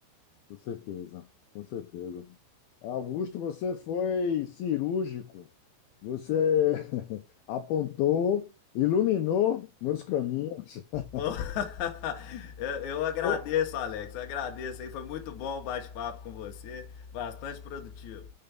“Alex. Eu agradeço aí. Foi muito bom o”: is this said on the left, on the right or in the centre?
Left